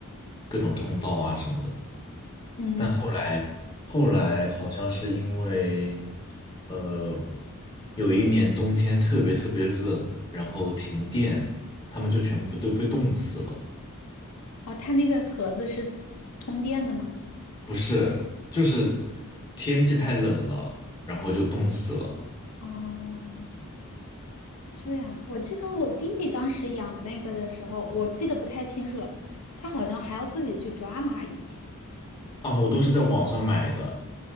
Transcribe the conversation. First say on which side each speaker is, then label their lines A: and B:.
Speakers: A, on the left (about 20°); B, on the left (about 80°).
A: 各种通道啊什么的。
B: 嗯，
A: 但后来后来好像是因为，呃，有一年冬天特别特别冷，然后停电，他们就全部都被冻死了。
B: 哦，他那个盒子是通电的吗？
A: 不是，就是天气太冷了，然后就冻死了。
B: 哦，这样，我记得我弟弟当时养那个的时候，我记得不太清楚了，他好像还要自己去抓蚂蚁。
A: 啊，我都是在网上买的，